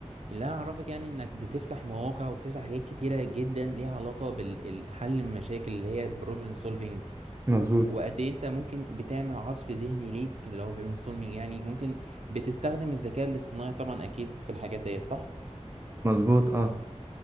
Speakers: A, on the right (about 65°); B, on the right (about 20°).
A: اللي أنا اعرفك يعني انك بتفتح مواقع وبتفتح حاجات كتيرة جدا ليها علاقة بالحل المشاكل اللي هي بروبلم سولفينج
B: مظبوط
A: وقد ايه انت ممكن بتعمل عصف ذهني ليك اللي هو برين ستورمينج يعني ممكن بتستخدم الذكاء الاصطناعي طبعا اكيد في الحاجات ديت صح
B: مظبوط اه